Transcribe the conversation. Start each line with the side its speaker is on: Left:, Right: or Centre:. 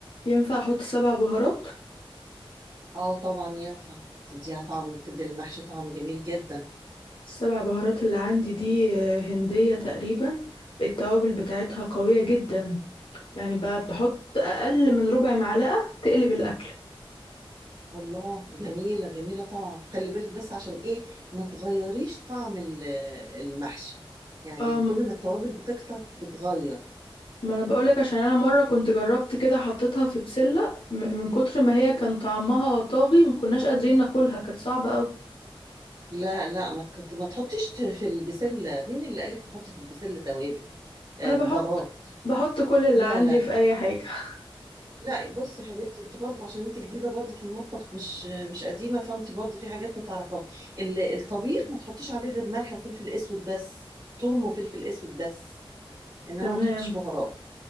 Left: ينفع احط سبع بهارات
Right: اه طبعا ينفع تديها طعم تدي المحشي طعم جميل جدا
Left: السبع بهارات اللي عندي دي آه، هنديه تقريبا التوابل بتاعتها قويه جدا يعني ب- بحط اقل من ربع معلقه تقلب الاكل
Right: الله جميلة جميلة طبعا خلي بالك بس عشان ايه ما تغيريش طعم ال- المحشي يعني
Left: أم
Right: كل ما التوابل بتكتر بتغير
Left: ما انا بقولك عشان انا مره كنت جربت كده حطيتها في بسله م- من كتر ما هي كان طعمها طاغي ما كناش قادرين ناكلها كانت صعبه قوي
Right: لا لا ما تكت... ما تحطيش ت- في البسلة مين اللي قالك تحطي في البسلة توابل آه
Left: انا
Right: بهارات
Left: بحط بحط كل اللي
Right: لا
Left: عندي
Right: لا
Left: في
Right: لا
Left: اي حاجه <laughs>
Right: لا بصي يا حبيبتي انت برضه عشان انت جديدة برضه في المطبخ مش مش قديمة فانت برضه في حاجات ما تعرفهاش ال- الطبيخ ما تحطيش عليه غير ملح وفلفل اسود بس ثوم وفلفل اسود بس انما
Left: تمام
Right: ما تحطيش بهارات